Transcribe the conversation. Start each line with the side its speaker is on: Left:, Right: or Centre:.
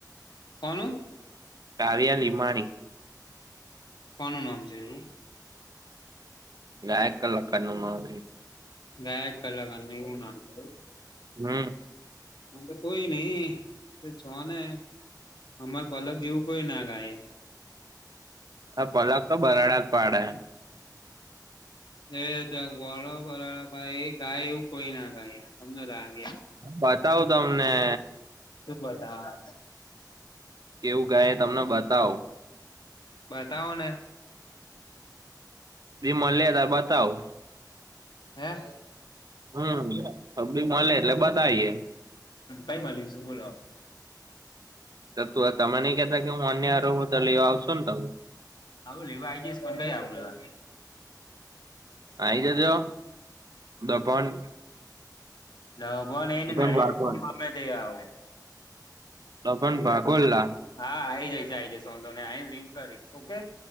Left: કોનું?
Right: કાવ્યા લીંમાણી
Left: કોનું નામ છે, એ?
Right: ગાયક કલાકારનું નામ
Left: ગાયક કલાકારનું એવું નામ હોય?
Right: હમ્મ.
Left: મન તો કોઈની જો ને અમાર પલક જેવુ કોય ના ગાય
Right: આ પલક તો બરાડા પાડે
Left: જે ત્યાં ગોડો <unintelligible> ભાઈ ગાય એવું કોઈ ના ખાય, તમને લાગે એવું.
Right: બતાવું તમને
Left: શું બતાવાના?
Right: કેવું ગાહે તમને બતાવું.
Left: બતાવો ને.
Right: દિ મલે તાર બતાવું.
Left: હે?
Right: હમ્મ, અભી મલે એટલે બતાઈએ.
Left: કઈ મલીશુ બોલો?
Right: ત તો તમે નઈ કહેતા હું અહીંયા રવહુ તો લેવા આવશો ન તમ.
Left: હવે લેવા આઈ જઈશ તમને <unintelligible>
Right: આવી જજો દભણ.
Left: દભણ એને
Right: દભણ
Left: નડિયાદથી
Right: ભાગોલ
Left: હામેથી આવું.
Right: દભણ ભાગોલ લા.
Left: હા આઈ જઈશ આઈ જઈશ વાધો નહીં આઈને રિંગ કરીશ ઓકે.